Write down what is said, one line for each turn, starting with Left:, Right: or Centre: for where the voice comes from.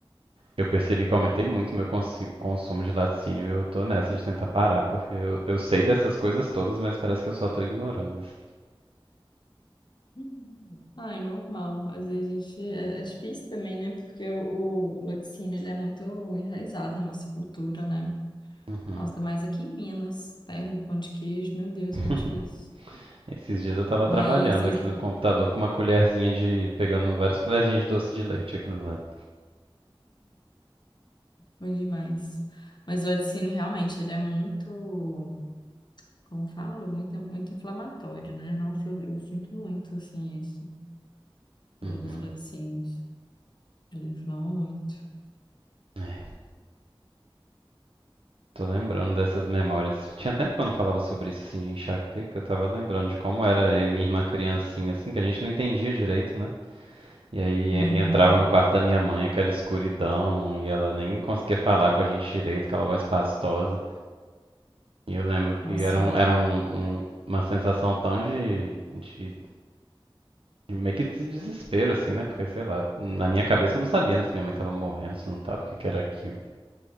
Right: Eu percebi que eu aumentei muito meu consi- consumo de laticínio e eu tô nessa de tentar parar, porque eu, eu sei dessas coisas todas, mas parece que eu só tô ignorando. assim.
Left: <laughs> Ai, normal. Às vezes a gente. É, é difícil também, né? Porque o, o laticínio ele é muito enraizado na nossa cultura, né?
Right: Uhum.
Left: Nossa, ainda mais aqui em Minas, terra do pão de queijo, meu Deus,
Right: <laughs>
Left: muito difícil.
Right: Esses dias eu tava
Left: Mas
Right: trabalhando
Left: isso,
Right: aqui no computador com uma colherzinha de... pegando várias colherzinhas de doce de leite aqui do lado.
Left: ruim demais. Mas o laticínio realmente ele é muito. como falo, é muito, muito inflamatório, né? Nossa, eu, eu sinto muito, assim, isso, do,
Right: Uhum.
Left: dos laticínios. Ele inflama muito.
Right: É. Tô lembrando dessas memórias. Tinha tempo que eu não falava sobre isso, assim, de enxaqueca. Eu tava lembrando de como era eu e minha irmã criancinha, assim, que a gente não entendia direito, né? E aí
Left: Uhum.
Right: e- e entrava no quarto da minha mãe, aquela escuridão, e ela nem conseguia falar com a gente direito, aquela voz pastosa. E eu lembro
Left: Nossa,
Right: que era, um, era um, um- uma sensação tão de, de, de meio que de desespero, assim, né? Porque, sei lá, na minha cabeça eu não sabia, né, se minha mãe tava morrendo, se não tava, o que que era aquilo.